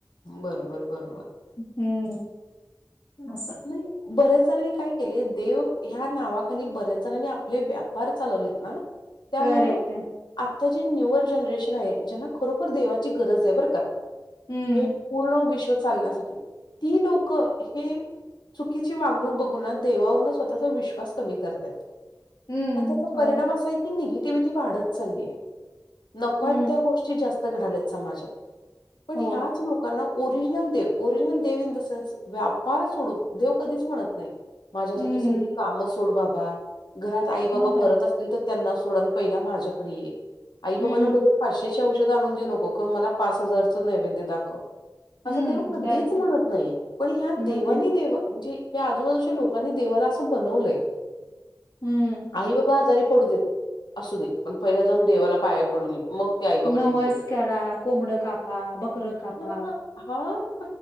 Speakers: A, on the left; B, on the left.
A: बरोबर बरोबर.
B: हम्म असं
A: म बऱ्याच जणांनी काय केले देव ह्या नावाखाली बऱ्याच जणांनी आपले व्यापार चालवलेत ना, त्यामुळं
B: करेक्ट आहे.
A: आ आता जी न्यूअर जनरेशन आहे, ज्यांना खरोखर देवाची गरज आहे बरं का,
B: हं,
A: हे पूर्ण विश्व चालण्यासाठी, ती लोकं हे चुकीची वागणूक बघून ना देवावरून स्वतःचा विश्वास कमी करतायत.
B: हं,
A: आणि त्याचा परिणाम
B: हो,
A: असा आहे की निग टिव्हीटी वाढत चालली आहे, नको
B: हं,
A: त्या गोष्टी जास्त घडल्यात समाजात. पण
B: होय.
A: ह्याच लोकांना ओरिजनल देव ओरिजिनल देव इन द सेन्स व्यापार सोडून देव कधीच म्हणत नाही, माझ्यासाठी
B: हं,
A: सगळी कामं सोड बाबा घरात आई बाबा
B: मग काय?
A: मरत असतील तर त्यांना सोड अन् पहिला माझ्याकडे ये. आई बाबांना
B: हं,
A: भले पाचशे ची औषधं आणून देऊ नको खर मला पाच हजारचं नैवेद्य दाखव. असं
B: हं,
A: देव कधीच
B: करेक्ट
A: म्हणत
B: आहे.
A: नाही, पण ह्या देवानी
B: मग काय?
A: म्हणजे या आजूबाजूच्या लोकांनी देवाला असं बनवलंय.
B: हं,
A: आई बाबा आजारी पडू देत, असू दे पण पहिला जाऊन देवाला पाया पडून येऊ. मग ते आई बाबा
B: नवस
A: ठीक होतील,
B: करा, कोंबडं कापा, बकरं कापा.
A: हा हा